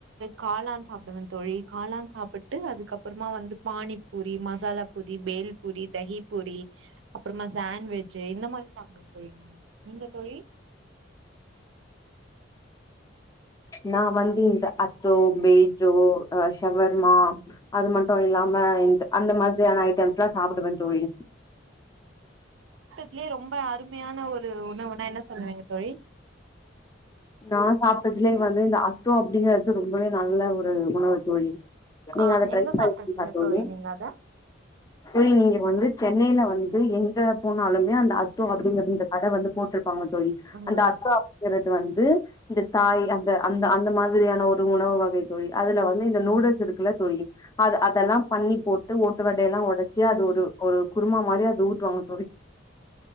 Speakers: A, on the right; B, on the left.
A: காளான் சாப்டுவே தோழி காளான் சாப்பிட்டு அதுக்கப்புறமா வந்து பானிபூரி மசாலா பூரி பேல் பூரி தகி பூரி அப்புறமா சாண்வேஜ் இந்த மாரி சாப்ட்டே தோழி நானு நீங்க தோழி
B: நா வந்து இந்த அத்தோ பேஜோ அ ஷவர்மா அது மட்டு இல்லாம இந்த அந்த மாதிரியான ஐட்டம்ஸ்லா சாப்பிடுவே தோழி
A: ட்லே ரொம்ப அருமையான ஒரு உணவுனா என்ன சொல்லுவீங்க தோழி
B: நா சாப்ட்டதுலயே வந்து இந்த அத்தோ அப்டிங்கறது ரொம்பவே நல்ல ஒரு உணவு தோழி நீங்க
A: ஆ
B: அத ட்ரை
A: எங்க சாப்ட்ருக்கீங்க
B: பண்ணி பாத்தது
A: தோழி
B: இல்லயா
A: நீங்க அத
B: நீங்க வந்து சென்னையில வந்து எங்க போனாலுமே அந்த அத்தோ அப்டிங்கற இந்த கட வந்து போட்ருப்பாங்க தோழி
A: ம்
B: அந்த அத்தோ அப்டிங்கறது வந்து இந்த தாய் அந்த அத் அந்த அந்த மாதிரியான ஒரு உணவு வகை தோழி அதுல வந்து இந்த நூடுல்ஸ் இருக்குல தோழி அது அதெல்லா பண் ணி போட்டு ஓட்டு வடை எல்லா ஒடச்சி அது ஒரு ஒரு குருமா மாரி அது ஊத்துவாங்க தோழி